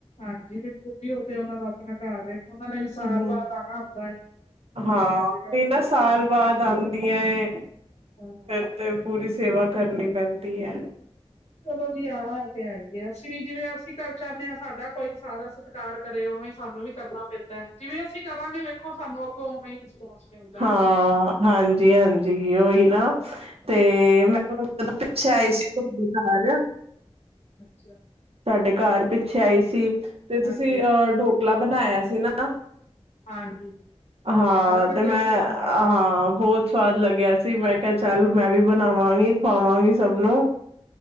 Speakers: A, on the left; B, on the right.
A: ਹਾਂਜੀ ਬਿਲਕੁਲ ਜੀ ਉਹ ਤੇ ਉਹਨਾਂ ਦਾ ਆਪਣਾ ਘਰ ਹੈ ਉਹਨਾਂ ਨੇ ਵੀ ਸਾਲ
B: ਹਮ
A: ਬਾਅਦ ਆਉਣਾ ਹੁੰਦਾ
B: ਹਾਂ
A: ਅੱਜ-ਕੱਲ੍ਹ
B: ਉਹੀ ਨਾ
A: ਹੋਰ
B: ਸਾਲ
A: ਕਿਤੇ
B: ਬਾਅਦ ਆਉਂਦੀਆਂ ਏ ਫਿਰ
A: ਹਾਂ,
B: ਤੇ ਪੂਰੀ ਸੇਵਾ ਕਰਨੀ ਪੈਂਦੀ ਹੈ
A: ਚਲੋ ਜੀ ਆਹ ਤੇ ਆਈਏ ਅਸੀਂ ਵੀ ਜਿਵੇਂ ਅਸੀਂ ਕਰਰ ਚਦੇ ਹਾਂ ਸਾਡਾ ਕੋਈ ਸਾਧਨ ਸਤਿਕਾਰ ਕਰੇ ਉਵੇਂ ਸਾਨੂੰ ਵੀ ਕਰਨਾ ਪੈਂਦਾ ਜਿਵੇਂ ਅਸੀਂ ਕਰਾਂਗੇ ਵੇਖੋ ਸਾਨੂੰ ਅੱਗੋਂ ਉਵੇਂ ਰਿਸਪੋਂਸ ਮਿਲਦਾ
B: ਹਾਂ
A: ਐ।
B: ਹਾਂਜੀ-ਹਾਂਜੀ ਉਓਹੀ ਨਾ ਤੇ ਮੈਂ ਜਦੋਂ ਪਿੱਛੇ ਆਏ ਸੀ ਤੁਹਾਡੇ ਘਰ
A: ਅੱਛਾ
B: ਤੁਡੇ ਘਰ ਪਿੱਛੇ ਆਈ ਸੀ ਤੇ
A: ਹਾਂਜੀ-ਹਾਂਜੀ,
B: ਤੁਸੀਂ ਅਹ ਢੋਕਲਾ ਬਣਾਇਆ ਸੀ ਨਾ
A: ਹਾਂਜੀ, ਹਾਂਜੀ,
B: ਹਾਂ
A: ਖਰਾ ਲੱਗਿਆ
B: ਤੇ ਮੈਂ
A: ਸੀ ਤੁਹਾਨੂੰ?
B: ਹਾਂ ਬਹੁਤ ਸਵਾਦ ਲੱਗਿਆ ਸੀ ਮੈਂ ਕਿਹਾ ਚੱਲ ਮੈਂ ਵੀ ਬਣਾਵਾਂਗੀ ਖਵਾਵਾਂਗੀ ਸਭ ਨੂੰ